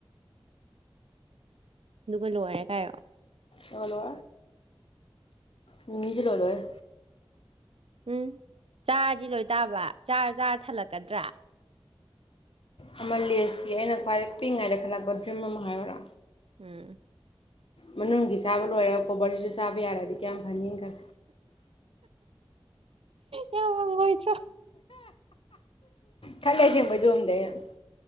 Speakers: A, on the right (about 85°); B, on the left (about 70°).
A: ꯑꯗꯨꯒ ꯂꯣꯏꯔꯦ ꯀꯥꯏꯔꯣ
B: ꯍꯜꯂꯣ ꯃꯤꯃꯤ ꯆ ꯂꯣꯏꯗꯦ
A: ꯎꯝ ꯆꯥꯔꯗꯤ ꯂꯣꯏ ꯇꯥꯕ ꯆꯥꯔ ꯆꯥꯔ ꯊꯜꯂꯛꯀꯗ꯭ꯔꯥ
B: ꯑꯃ ꯂꯦꯁꯀꯤ ꯑꯩꯅ ꯈ꯭ꯋꯥꯏ ꯄꯤꯛꯏꯉꯥꯏꯗ ꯈꯜꯂꯛꯄ ꯗ꯭ꯔꯤꯝ ꯑꯃ ꯍꯥꯏꯔꯔꯥ
A: ꯎꯝ
B: ꯃꯅꯨꯡꯒꯤ ꯆꯥꯕ ꯂꯣꯏꯔꯒ ꯀꯣꯕꯔꯁꯤꯁꯨ ꯆꯥꯕ ꯌꯥꯔꯗꯤ ꯀꯌꯥꯝ ꯐꯅꯤꯅ ꯈꯜꯂꯦ
A: ꯌꯥꯝꯥꯡꯕꯣꯏꯗ꯭ꯔꯣ
B: ꯈꯂꯦꯁ ꯃꯖꯣ ꯑꯗ ꯌꯥꯝ